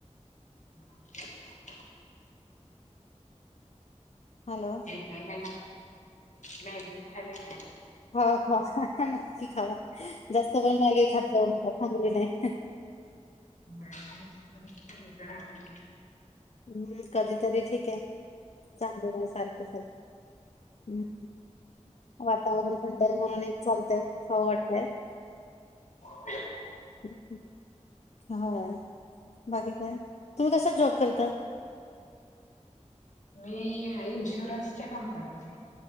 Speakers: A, on the left; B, on the left.
A: <inaudible>
B: हॅलो.
A: येताय का? मॅगी खायला येताय का?
B: खावा-खावा नक्की खावा. जास्त पण मॅगी खात जाऊ नका चांगल नाही.
A: <unintelligible>
B: हम्म. कधी तरी ठीक आहे. चांगली नाही सारखे-सारखे हम्. वातावरण थंडय, म्हणून एक चालतय. खाऊं वाटतय.
A: <inaudible>
B: ह, हं. होय. बाकी काय? तुम्ही कसला जॉब करता?
A: मी इन्शुरन्सच्या कंपनीतय.